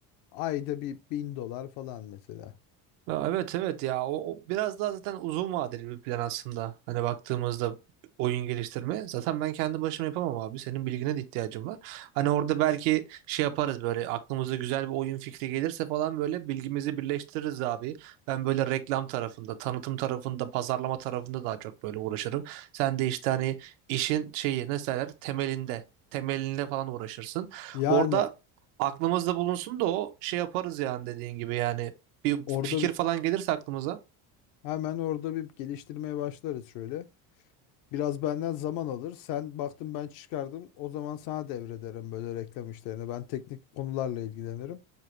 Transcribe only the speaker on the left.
ayda bir bin dolar falan mesela.
Yani
orada
bir-
hemen orada bir geliştirmeye başlarız şöyle. Biraz benden zaman alır. Sen baktın ben çıkardım. O zaman sana devrederim böyle reklam işlerini. Ben teknik konularla ilgilenirim.